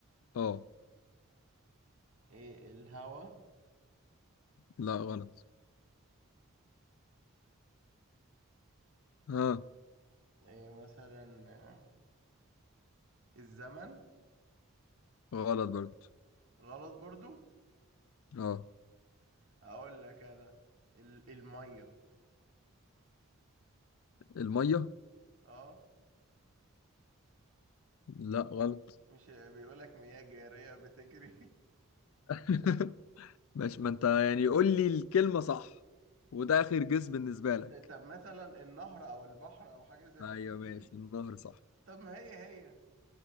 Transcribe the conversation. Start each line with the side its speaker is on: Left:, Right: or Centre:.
Left: اه
Right: ايه الهوا
Left: لا غلط ها
Right: ايه مثلا آه، الزمن
Left: غلط برضه
Right: غلط برضو
Left: اه
Right: اقول لك انا ال- الميه
Left: الميه
Right: اه
Left: لا غلط
Right: مش بيقول لك مياه جاريه بتجري
Left: <laughs> ماشي ما انت يعني قول لي الكلمه صح وده اخر جس بالنسبه
Right: <laughs>
Left: لك
Right: طب مثلا النهر او البحر او حاجه زي
Left: ايوه
Right: في السكه
Left: ماشي
Right: دي
Left: النهر صح
Right: طب ما هي هي